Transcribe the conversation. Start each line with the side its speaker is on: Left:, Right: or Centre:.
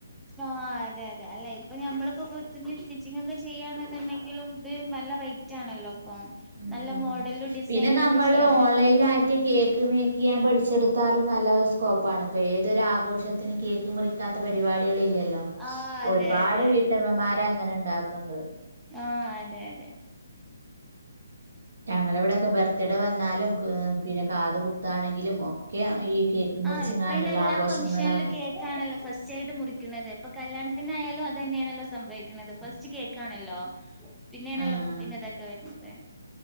Centre: ആ അതെ അതെ അല്ലെ ഇപ്പൊ ഞമ്മളിപ്പോ <unintelligible> സ്റ്റിച്ചിങ് ഒക്കെ ചെയ്യണ്ന്നുണ്ടെങ്കിലും ത് മ നല്ല റേറ്റ് ആണല്ലോ. ഇപ്പം
Right: ആ
Centre: നല്ല
Right: ആ
Centre: മോഡലിലും ഡിസൈനിലൊക്കെ
Right: പിന്നെ നമ്മള്
Centre: ചെയ്യാണെന്നുണ്ടെങ്കില്
Right: ഓൺലൈനായിട്ട് കേക്ക് മേക്ക്യ്യേൻ പഠിച്ചെടുത്താലും നല്ലോര് സ്കോപ്പാണ് ഇപ്പൊ ഏതൊരാഘോഷത്തിനും കേക്ക് മുറിക്കാത്ത പരിപാടി ടികളില്ലല്ലോ
Centre: ആഹ് അതെ
Right: ഒരുപാട്
Centre: അതെ
Right: വീട്ടമ്മമാര് അങ്ങനെണ്ടാക്ക്ണ്ട്.
Centre: ആ അതെ അതെ.
Right: ഞങ്ങളെവിടെയൊക്കെ ബർത്ത്ഡേ വന്നാലും ക് പിന്നെ കാത് കുത്താണെങ്കിലും ഒക്കെ ഈ കേക്ക് മുറിച്ച്
Centre: ആഹ് ഇപ്പൊ
Right: കാണ്ടുള്ള
Centre: അയിന് എല്ലാ
Right: ആഘോഷങ്ങളാണ്.
Centre: ഫംഗ്ഷനിലും കേക്കാണല്ലോ ഫസ്റ്റ് ആയിട്ട് മുറിക്ക്ണതേ ഇപ്പൊ കല്യാണ ത്തിനായാലും അതെന്നെയാണല്ലോ സംഭവിക്കുന്നത് ഫസ്റ്റ് കേക്കാണല്ലോ. പിന്നെണല്ലോ
Right: ആഹ്
Centre: ഫുഡിന്റെ തൊക്കെ വര്ണത്.